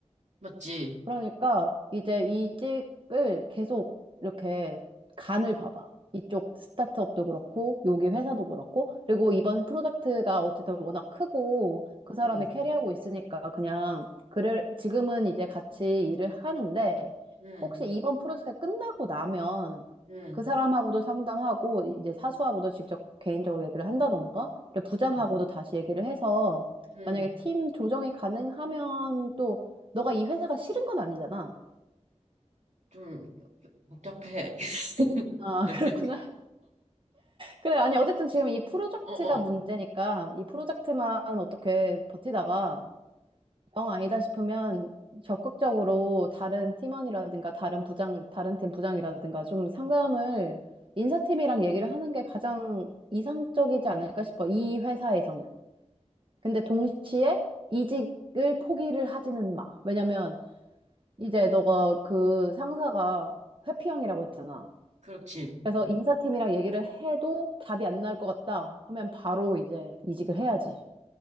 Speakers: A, on the right; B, on the right.
A: 맞지
B: 그러니까 이제 이직을 계속 이렇게 간을 봐봐. 이쪽 스타트업도 그렇고, 여기 회사도 그렇고, 그리고 이번 프로젝트가 어쨌든 워낙 크고, 그 사람이
A: 음
B: 캐리하고 있으니까 그냥, 그래, 지금은 이제 같이 일을 하는데,
A: 음
B: 혹시 이번 프로젝트가 끝나고 나면
A: 음
B: 그 사람하고도 상담하고, 이제 사수하고도 직접 개인적으로 얘기를 한다던가, 그리고 부장하고도
A: 음
B: 다시 얘기를 해서,
A: 음
B: 만약에 팀 조정이 가능하면 또 너가 이 회사가 싫은 건 아니잖아.
A: 좀 복잡해 <laughs>
B: 아, <laughs> 그렇구나. 그래, 아니, 어쨌든 지금 이 프로젝트가
A: 어어어음음음
B: 문제니까 이 프로젝트만 어떻게 버티다가 영 아니다 싶으면 적극적으로 다른 팀원이라든가 다른 부장, 다른 팀 부장이라든가 좀 상담을 인사팀이랑 얘기를 하는 게 가장 이상적이지 않을까 싶어. 이 회사에서는. 근데 동시에 이직을 포기를 하지는 마. 왜냐면 이제 너가 그 상사가 회피형이라고 했잖아.
A: 그렇지
B: 그래서 인사팀이랑 얘기를 해도 답이 안 나올 것 같다 하면 바로 이제 이직을 해야지.